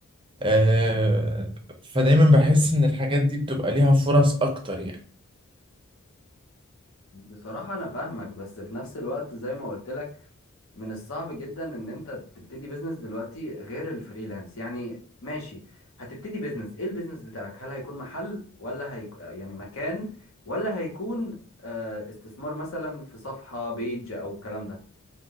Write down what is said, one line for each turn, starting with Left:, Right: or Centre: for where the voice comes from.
Right: آه، فدايما بحس ان الحاجات دي بتبقى ليها فرص اكتر يعني
Left: بصراحة انا فاهمك بس في نفس الوقت زي ما قلت لك من الصعب جدا ان انت تبتدي بيزنس دلوقتي غير الفريلانس يعني ماشي هتبتدي بيزنس ايه البيزنس بتاعك هل هيكون محل ولا هيك... يعني مكان ولا هيكون آه، استثمار مثلا في صفحة بيج او الكلام ده